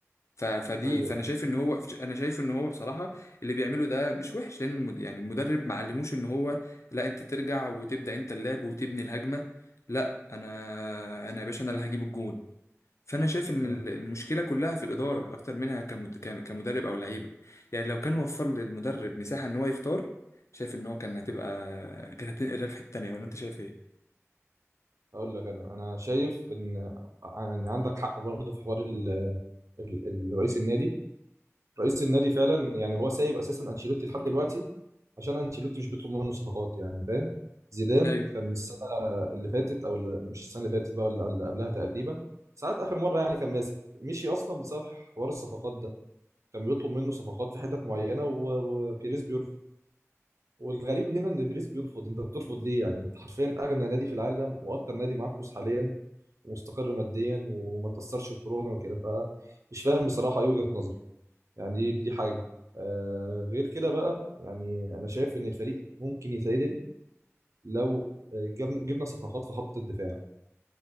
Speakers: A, on the left; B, on the right.
A: ف... فدي
B: ايوه
A: فانا شايف ان هو انا شايف ان هو بصراحه اللي بيعمله ده مش وحش لان المد... يعني المدرب ما علموش ان هو لا انت ترجع وتبدا انت اللعب وتبني الهجمه لا انا انا يا باشا انا اللي هجيب الجون فانا شايف ان
B: مم.
A: ال- المشكله كلها في الاداره اكتر منها كمد... كم- كمدرب او لعيبه يعني لو كان وفر للمدرب مساحه ان هو يختار شايف ان هو كان هتبقى <laughs> كانت هتنقل الريال في حته تانيه ولا انت شايف ايه
B: اقول لك انا انا شايف ان يعني عندك حق برضه في حوار ال... ال... ال- رئيس النادي رئيس النادي فعلا يعني هو سايب اساسا انشيلوتي لحد دلوقتي عشان انشيلوتي مش بيطلب منه صفقات يعني فاهم زيدان
A: لا ايوه
B: كان السنه اللي فاتت او اللي مش السنه اللي فاتت بقى ولا اللي قبلها تقريبا ساعات اخر مره يعني كان ماسك مشي اصلا بسبب حوار الصفقات ده كان بيطلب منه صفقات في حتت معينه و... وبيريز بيرفض والغريب هنا ان بيريز بيرفض انت بترفض ليه يعني انت حرفيا اغنى نادي في العالم واكتر نادي معاه فلوس حاليا ومستقر ماديا وما تاثرش بكورونا وكده فمش فاهم بصراحه ايه وجهه نظر يعني دي دي حاجه آه غير كده بقى يعني انا شايف ان الفريق ممكن يتعدل لو آه، جبن- جبنا صفقات في خط الدفاع